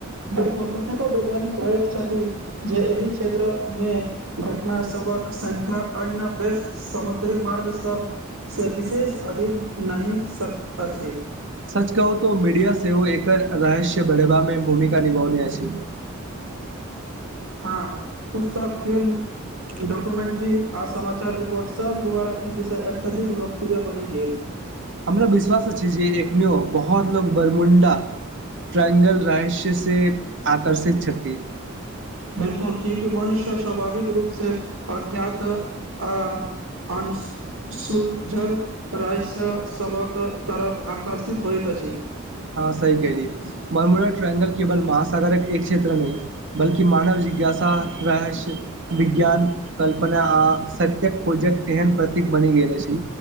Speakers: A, on the right; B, on the right.
A: बिलकुल कतेको वैज्ञानिक कहैत छथि जे एहि क्षेत्र मे घटना सबक संख्या अन्य व्यस्त समुद्री मार्ग सब से विशेष अधिक नहि अछि।
B: सच कहु तो मीडिया सेहो एकर रहस्य बढ़ेबा मे भूमिका निभौने अछि।
A: हँ पुस्तक फिल्म डॉक्यूमेंट्री आ समाचार रिपोर्ट सभ द्वारा ई विषय अत्यधिक लोकप्रिय बनि गेल।
B: हमरा विश्वास अछि जे एखनो बहुत लोग बरमुंडा ट्रइंगल रहस्य से आकर्षित छथि।
A: बिलकुल क्यूकि मनुष्य स्वाभाविक रूप से अज्ञात आ अंश सुलझल राय स सभक तरफ आकर्षित होइत अछि।
B: हँ सही कहलियऐ मरमुरा ्रायंगल केवल महासाागरक एक क्षेत्र नहि बल्कि मानव जिज्ञासा रहस्य विज्ञान कल्पना आ सत्य खोजक तेहन प्रतीक बनी गेल अछि।